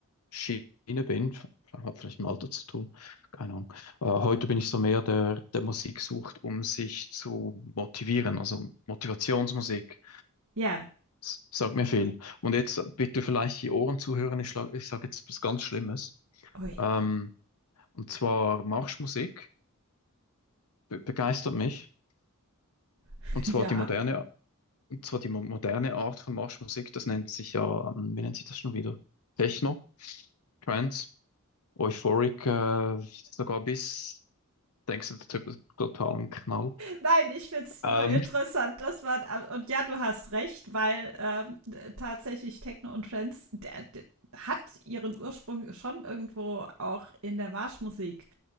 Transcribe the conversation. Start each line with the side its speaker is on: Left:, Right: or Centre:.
Left: Schiene bin. Hat vielleicht mit dem Alter zu tun, keine Ahnung. Äh, heute bin ich so mehr der, der Musik sucht, um sich zu motivieren, also Motivationsmusik.
Right: Ja.
Left: S- Sagt mir viel. Und jetzt bitte vielleicht die Ohren zuhören. Ich schlag, ich sage jetzt was ganz Schlimmes.
Right: Ui.
Left: Ähm, und zwar Marschmusik be begeistert mich.
Right: <laughs>
Left: Und
Right: Ja.
Left: zwar die moderne, und zwar die mo- moderne Art von Marschmusik. Das nennt sich ja, ähm, wie nennt sich das schon wieder? Techno, Trance, Euphoric, äh, sogar bis, denkst du, der Typ ist total ein Knall.
Right: Nein, ich finde es
Left: Ähm,
Right: nur interessant, dass man. Und ja, du hast recht, weil ähm, tatsächlich Techno und Trends der, der hat ihren Ursprung schon irgendwo auch in der Marschmusik.